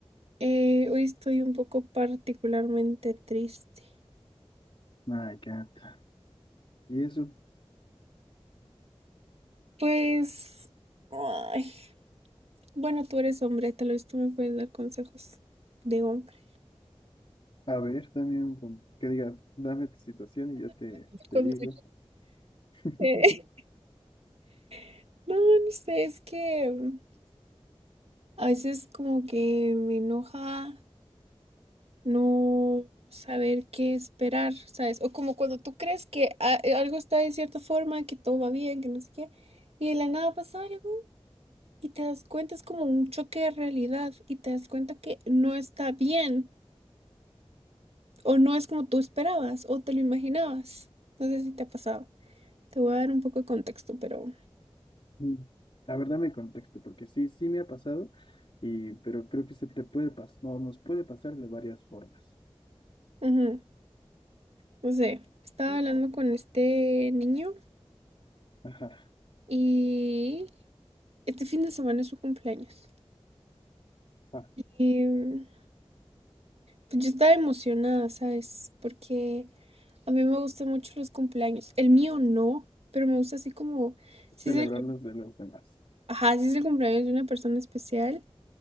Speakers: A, on the right; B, on the left.
A: eh, hoy estoy un poco particularmente triste.
B: Ah, ya está. Y eso,
A: Pues, ay, bueno, tú eres hombre, tal vez tú me puedes dar consejos de hombre.
B: a ver, también con- que diga, dame tu situación y yo te, te
A: Consejo
B: digo. <laughs>
A: de- <laughs> No, no sé, es que mm, a veces como que me enoja no saber qué esperar, ¿sabes? O como cuando tú crees que a- eh, algo está de cierta forma, que todo va bien, que no sé qué, y de la nada pasa algo y te das cuenta, es como un choque de realidad y te das cuenta que no está bien. O no es como tú esperabas o te lo imaginabas. No sé si te ha pasado. Te voy a dar un poco de contexto, pero...
B: Mm. La verdad me contexto, porque sí, sí me ha pasado, y, pero creo que se te puede pasar, no, nos puede pasar de varias formas.
A: ujú, No sé, estaba
B: Mm.
A: hablando con este niño
B: Ajá,
A: y este fin de semana es su cumpleaños.
B: ah,
A: Y mm, pues yo estaba emocionada, ¿sabes? Porque a mí me gustan mucho los cumpleaños. El mío no, pero me gusta así como... Si
B: celebrar
A: es el,
B: los de los demás.
A: ajá, si es el cumpleaños de una persona especial,